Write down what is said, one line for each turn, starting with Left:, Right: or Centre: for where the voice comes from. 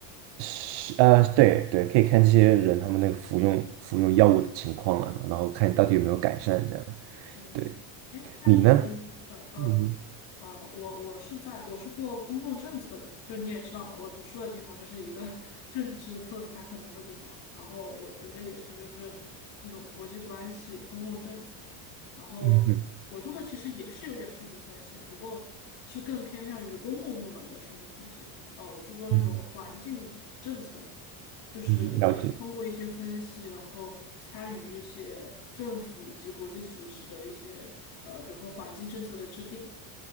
Right: 是啊，对对，可以看这些人他们那个服用服用药物的情况了，
Left: 嗯。
Right: 然后看到底有没有改善这样。
Left: 是的，是的。
Right: 对，
Left: 哎，那你觉得，
Right: 你呢？
Left: 呃呃
Right: 嗯哼，
Left: 呃，我我是在我是做公共政策的，就你也知道嘛，我读书的地方就是一个 <laughs> 政治色彩很浓的地方，然后我觉得也是就是那种国际关系、公共政策，然后我做的其实也是有点数据分析，
Right: 嗯哼嗯哼
Left: 不过是更偏向于公共部门的数据分析。呃，我是做那种环境政策的，
Right: 嗯哼，
Left: 就是也是通过一些分析，
Right: 嗯哼了解，
Left: 然后参与一些政府以及国际组织的一些呃，比如说环境政策的制定，